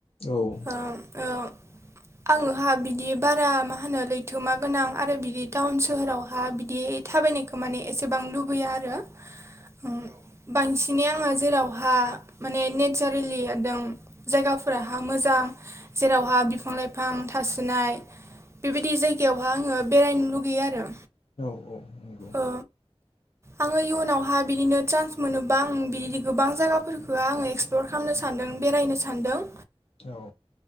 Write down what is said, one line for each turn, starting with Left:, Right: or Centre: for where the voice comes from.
Left: औ
Right: ओ ओ आङोहा बिदि बारा मा होनो लैथोमा गोनां आरो बिदि टाउन सोहोरावहा बिदि थाबायनायखो माने एसेबां लुबैया आरो। औ बांसिन माने आङो जेरावहा माने नेचारेलि एदम जायगाफोराहा मोजां जेरावहा बिफां लाइफां थास ओ नाय बेबायदि जायगायावहा आङो बेरायनो लुगैयो आरो
Left: औ औ नंगौ
Right: ओ आङो इयुनावहा बिदिनो चान्स मोनोबा आं बिदिदि गोबां जायगाफोरखौहाय आङो एक्सप्लर खालामनो सान्दों बेरायनो सान्दों।
Left: औ